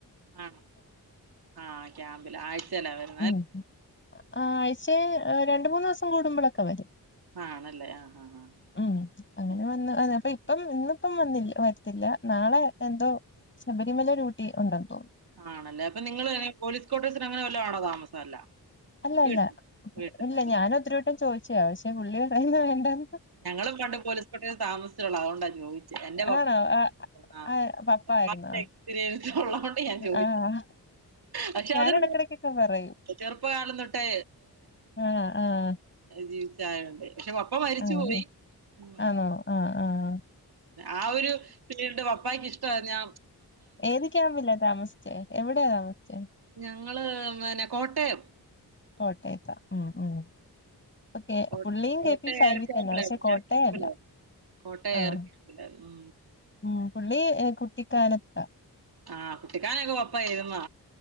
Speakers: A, on the right (about 65°); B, on the left (about 30°).
A: ആണോ ആ ക്യാമ്പില ആഴ്ചല വര
B: ഉ ഉം ആഴ്ച്ച വ രണ്ട് മൂന്ന് ദിവസം കൂടുമ്പോഴൊക്കെ വരും
A: ആണല്ലേ ആഹ് ആഹ് ആഹ്
B: ഉം അങ്ങനെ
A: ഉം
B: വന്ന്പ്പ ഇപ്പം ഇന്ന്പ്പം വന്നില്ല വര്ത്തില്ല നാളെ എന്തോ ശബരിമല ഡ്യൂട്ടി ഉണ്ടന്ന്
A: ആണല്ലേ അപ്പ നിങ്ങള് പോലീസ് കോട്ടേഴ്സ്ന ങ്ങനെ വല്ലോ ആണോ താമസം അല്ല
B: അല്ല
A: വീട്ടിൽ
B: അല്ല
A: വീട്ടിലാ
B: ഇല്ല
A: അല്ലേ?
B: ഞാനും ഒത്തിരിവട്ടം ചോയി ച്ചാ പക്ഷേ പുള്ളി കൈയ്യിന്ന് വേണ്ടാന്ന്
A: ഞങ്ങളും പണ്ട് പോലീസ് കോട്ടേഴിൽ താമസിച്ചോളാ അവോണ്ടാ ദ്രോഹിച്ചെ എന്റെ പ
B: ആണോ ആ
A: ആഹ്
B: ആ പപ്പ
A: എത്ര
B: ആയിരുന്നോ
A: നാളത്തെ എക്സ്പീരിയൻ ള്ള ഞാൻ ചോദിച്ച
B: ആഹ്
A: പക്ഷെ
B: ഞാൻ
A: അതൊരു
B: ഇടക്കിടക്കൊക്കെ പറയും
A: ചെറുപ്പകാലംന്നൊട്ടേ
B: ആഹ് ആഹ്
A: ജീവിച്ചയോണ്ട് പക്ഷെ പപ്പ മരിച്ച
B: ആഹ്
A: ച്ചു പോയി ഉം
B: ആണോ ആഹ് ആഹ്
A: ആ ഒരു പിന്നീട് പപ്പായ്ക്ക് ഇഷ് ടാ ഞാ
B: ഏത് ക്യാമ്പില്ല താമസിച്ചേ എവിടെയാ താമസിച്ചേ
A: ങ്ങള് പിന്നെ കോട്ടയം
B: കോട്ടയത്തേ ഉം ഉം ഓക്കെ
A: കോ
B: പുള്ളിയും
A: കോട്ട
B: കെ പി ഫൈവിൽ
A: ഏർ യാമ്പിലായി
B: തന്നെ പക്ഷെ കോട്ടയല്ല
A: ഏർ ക്യാമ്പില കോട്ടയ
B: ആഹ്
A: ഏർ ക്യാമ്പില ഉ
B: ഉം പുള്ളി കുട്ടിക്കാലത്താ
A: ആഹ് കുട്ടിക്കാനൊക്കെ കൊയപ്പായിരുന്നോ